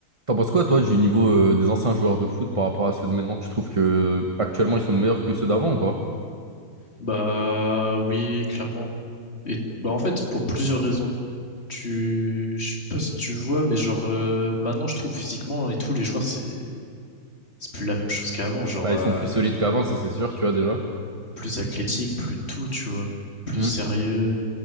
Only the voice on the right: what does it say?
T'en penses quoi, toi, du niveau euh, des anciens joueurs de foot par rapport à ceux de maintenant? Tu trouves que actuellement ils sont meilleurs que ceux d'avant ou pas?
Bah, ils
sont plus solides qu'avant, ça c'est sûr, tu vois déjà.
Mm.